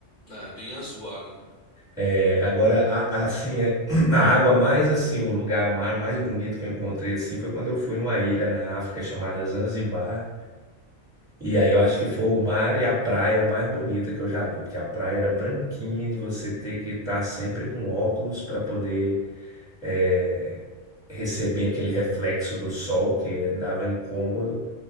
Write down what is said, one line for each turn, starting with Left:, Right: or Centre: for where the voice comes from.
Left: É, bem azul a água.
Centre: É, agora a, a- assim é, <clears throat> a água mais assim, o lugar mar mais bonito que eu encontrei assim foi quando eu fui numa ilha na África chamada Zanzibar. E aí eu acho que foi o mar e a praia mais bonita que eu já vi, porque a praia era branquinha de você ter que estar sempre com óculos para poder eh, receber aquele reflexo do sol que dava incômodo,